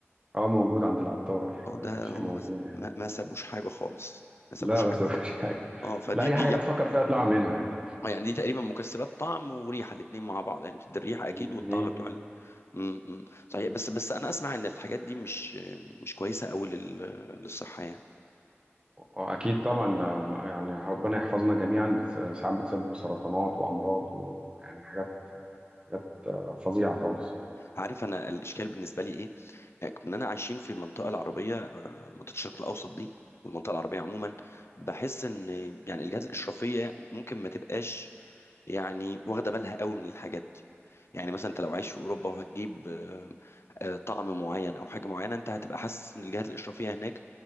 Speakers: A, on the right; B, on the left.
A: اه موجود عند العطار
B: اه
A: آه،
B: ده
A: شيء
B: هم
A: موجود
B: ما
A: يعني
B: ما ما سابوش حاجه خالص ما سابوش
A: لا بس
B: حاجه
A: مفيش
B: خالص
A: حاجه
B: اه فدي
A: لا اي
B: دي
A: حاجه تفكر فيها تطلع عاملينها يعني
B: يعني دي تقريبا مكسبات طعم وريحه الاتنين مع بعض يعني بتدي الريحه اكيد
A: الاثنين
B: والطعم بتوع امم أمم. صحيح بس بس انا اسمع ان الحاجات دي مش مش كويسه قوي لل... للصحه يعني
A: اكيد طبعا ده يعني ربنا يحفظنا جميعا بت- ساعات بتسبب سرطانات وامراض ويعني حاجات حاجات آه، فظيعه خالص
B: عارف انا الاشكال بالنسبه لي ايه اننا عايشين في المنطقه العربيه آه، منطقه الشرق الاوسط دي والمنطقه العربيه عموما بحس ان يعني الجهات الاشرافيه ممكن ما تبقاش يعني واخده بالها قوي من الحاجات دي يعني مثلا انت لو عايش في اوروبا وهتجيب آه، آه، طعم معين او حاجه معينه انت هتبقى حاسس ان الجهات الاشرافيه هناك